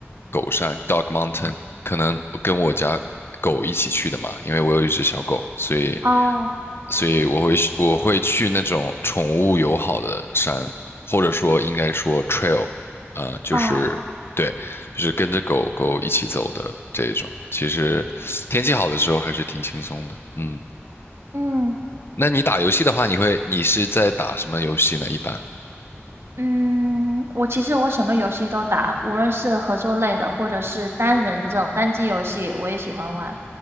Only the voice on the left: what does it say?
狗山 （Dog Mountain），可能跟我家狗一起去的嘛，因为我有一只小狗，所以
所以我会去我会去那种宠物友好的山，或者说应该说 trail，呃，就是对，
就是跟着狗狗一起走的这种。其实天气好的时候还是挺轻松的。嗯，
那你打游戏的话，你会你是在打什么游戏呢？一般？